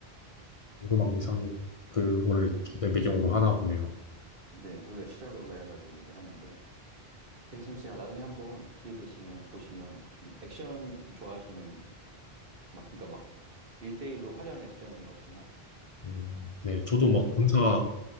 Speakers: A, on the left; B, on the right.
A: 오르막 위상이 그거를
B: 네,
A: 주된
B: 네,
A: 배경으로 하나 보네요.
B: 네, 그걸 시작으로 해가지고 이제 하는데, 되게 재밌어요. 아, 나중에 한번 기회 되시면 보시면 좀 액션 좋아하시면 막 그러니까 막일대일로 화려한 액션은 없지만
A: 음, 네. 저도
B: 괜찮던
A: 막 군사
B: 것 같아요.